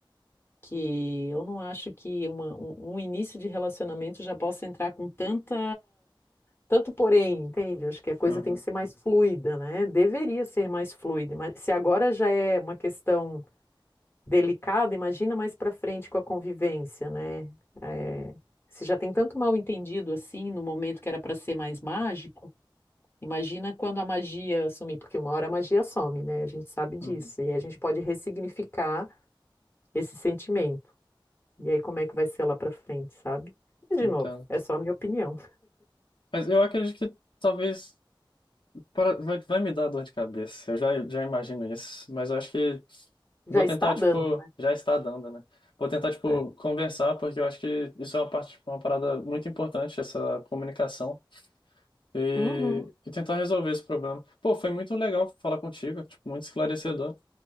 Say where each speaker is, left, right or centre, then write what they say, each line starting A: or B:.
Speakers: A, on the left; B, on the left.
A: que eu não acho que uma- um, um início de relacionamento já possa entrar com tanta, tanto porém, entende? Acho que a coisa
B: Uhum.
A: tem que ser mais fluida, né? Deveria ser mais fluida, mas se agora já é uma questão delicada, imagina mais para frente com a convivência, né? É, se já tem tanto mal entendido assim, no momento que era para ser mais mágico. Imagina quando a magia sumir, porque uma hora a magia some, né? A gente sabe disso.
B: Uhum.
A: E aí a gente pode ressignificar esse sentimento. E aí, como é que vai ser lá pra frente, sabe? Mas, de
B: Entendo.
A: novo, é só a minha opinião.
B: Mas eu acredito que talvez. Pra- Vai, vai me dar dor de cabeça, eu já, já imagino isso, mas eu acho que
A: Já
B: vou
A: está
B: tentar,
A: dando,
B: tipo,
A: né?
B: já está dando, né? Vou tentar, tipo,
A: É.
B: conversar, porque eu acho que isso é uma parte, tipo, uma parada muito importante, essa comunicação, e,
A: Uhum.
B: e tentar resolver esse problema. Pô, foi muito legal falar contigo, tipo, muito esclarecedor.